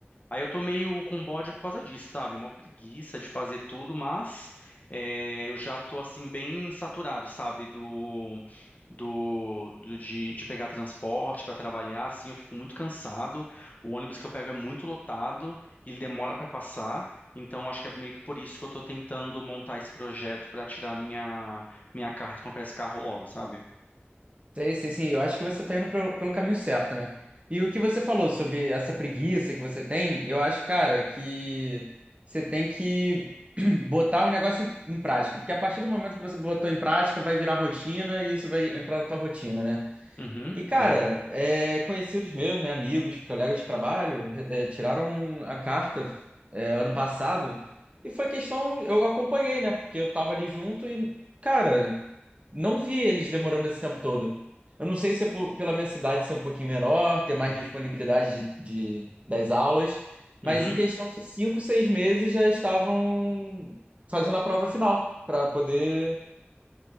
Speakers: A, on the left; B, on the right.
A: Aí eu tô meio com bode por causa disso, sabe? Uma preguiça de fazer tudo, mas é, eu já tô assim bem saturado, sabe? Do, do, do- de, de pegar transporte para trabalhar, assim, eu fico muito cansado. O ônibus que eu pego é muito lotado, ele demora para passar, então acho que é meio que por isso que eu tô tentando montar esse projeto para tirar minha minha carta e comprar esse carro logo, sabe?
B: Sei, sei, sim. Eu acho que você tá indo pelo, pelo caminho certo, né? E o que você falou sobre essa preguiça que você tem, eu acho, cara, que você tem que <clears throat> botar o negócio em, em prática. Porque a partir do momento que você botou em prática, vai virar rotina e isso vai entrar na tua rotina, né?
A: Uhum,
B: E, cara,
A: é.
B: é, conhecidos meus, né, amigos, colegas de trabalho, é, tiraram a carta, é, ano passado e foi questão, eu acompanhei, né, porque eu tava ali junto e, cara, não vi eles demorando esse tempo todo. Eu não sei se é por- pela minha cidade ser um pouquinho menor, ter mais
A: Uhum,
B: disponibilidade de, de- das aulas, mas
A: uhum.
B: em questão de cinco, seis meses já estavam fazendo a prova final para poder,